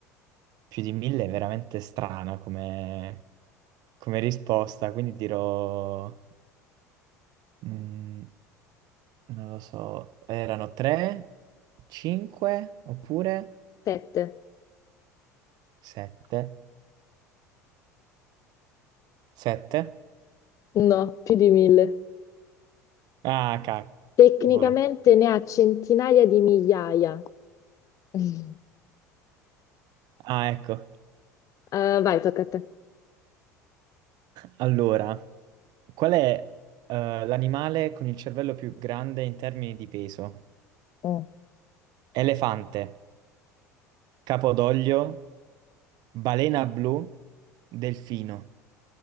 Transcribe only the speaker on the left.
7.
No, più di 1000.
Tecnicamente ne ha centinaia di migliaia. <laughs>
Eh, vai, tocca a te.
Mm.